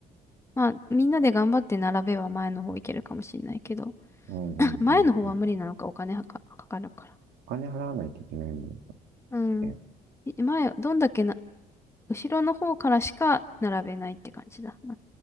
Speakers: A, on the left (about 15°); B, on the right (about 80°).
A: まあ、みんなで頑張って並べば前の方いけるかもしれないけど。
B: うん、うん、
A: <laughs> 前の方は無理なのか、
B: うん、うん。
A: お金はか、かかるから。
B: お金払わないといけないもんだっ
A: うん。
B: け。
A: い前、どんだけな、後ろの方からしか並べないって感じだな。